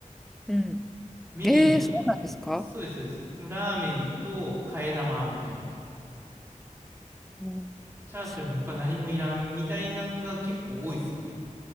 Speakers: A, in the centre; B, on the right (about 20°).
A: うん。
B: メニューも、
A: ええそうなんですか
B: そうです、そうです。ラーメンと替え玉みたいな。
A: うん。
B: チャーシューも他何もいらんみたいなんが結構多いですね。
A: すごい。